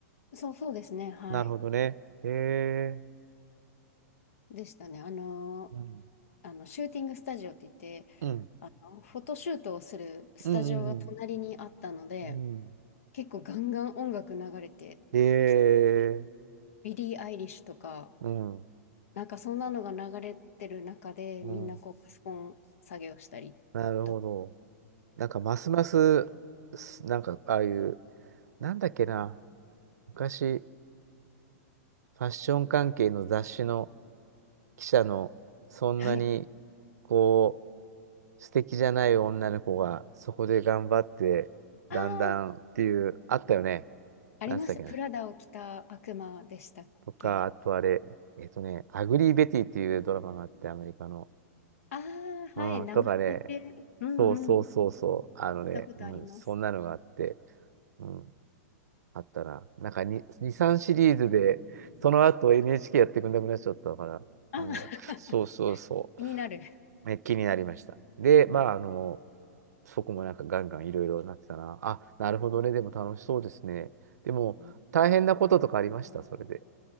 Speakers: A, on the left; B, on the right.
A: す。そう、そうですね、はい。
B: なるほどね。へえ。
A: でしたね。あの、
B: うん。
A: あの、シューティングスタジオって言って、
B: うん。
A: フォトシュートをするスタジオが隣にあったので、
B: うん。うんうん。
A: 結構ガンガン音楽流れてきてて、
B: へえ。
A: ビリー・アイリッシュとか、
B: うん。
A: なんかそんなのが流れてる中で、
B: うん。
A: みんなこうパソコン作業したりとか、
B: なるほど。なんか、ますます、すなんか、ああいう、なんだっけな。昔、ファッション関係の雑誌の、記者の、そんなに、
A: はい。あ
B: こう、素敵じゃない女の子が、そこで頑張って、
A: あ、
B: だんだんっていう、あったよね。
A: ありました。
B: なんつったっけな。
A: プラダを着た悪魔でしたっけ
B: とか、あとあれ、えっとね、アグリー・ベティっていうドラマがあって、アメリカの。
A: ああー、はい、
B: うん、
A: 名前だけ。
B: とかね、
A: うんうんうん。
B: そうそうそうそう、あのね、
A: 見たことあります。
B: うん、そんなのがあって、うん、あったな。なんか2、2、3シリーズで、その後 NHK やってくんなくなっちゃったから、
A: あー
B: うん、そうそうそ
A: <laughs> 気になる。
B: う。え気になりました。で、まあ、
A: うん
B: あの、そこもなんかガンガンいろいろなってたな。あ、なるほどね。でも楽しそうですね。でも、
A: うん
B: 大変なこととかありました、それで、